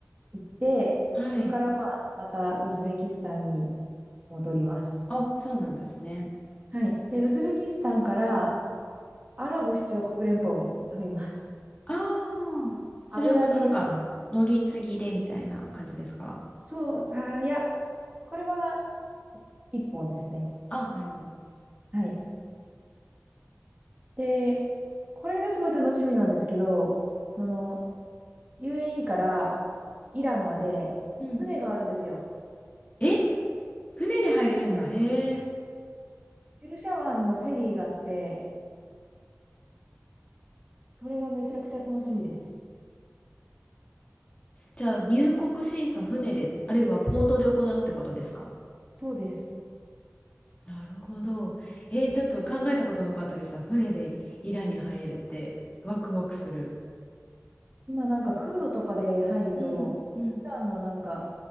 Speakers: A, on the right; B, on the left.
A: 行って、
B: はい。
A: そこからまあ、またウズベキスタンに戻ります。
B: あ、そうなんですね。
A: はい。で、ウズベキスタンからアラブ首長国連邦に飛びます。
B: ああ、それはまたなんか、
A: アブダビですね。
B: 乗り継ぎでみたいな感じですか
A: そう、あー、いや、これは一本ですね。
B: あ、なるほど。
A: はい。で、これがすごい楽しみなんですけど、その、UAE からイランまで船があるんですよ。
B: うん。え、船で入れるんだ。へえ。
A: ペルシャ湾のフェリーがあって、それがめちゃくちゃ楽しみです。
B: じゃあ、入国審査船で、あるいはポートで行うってことですか
A: そうです。
B: なるほど。えー、ちょっと考えたことなかったでした。船でイランに入れるって、ワクワクする。
A: 今なんか空路とかで入ると、
B: うん、うん。
A: イランのなんか、